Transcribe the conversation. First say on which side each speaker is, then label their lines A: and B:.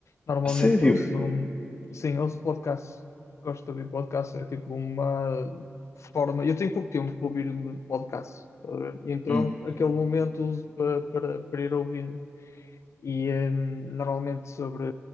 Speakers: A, on the left; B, on the left.
A: Normalmente
B: A sério?
A: ouço, hum, sim, ouço podcasts. Gosto de ouvir podcasts. É tipo uma forma. Eu tenho pouco tempo para ouvir podcasts. tá a ver? E então,
B: Hum,
A: aquele momento uso para, para, para ir ouvindo. E eh, normalmente sobre,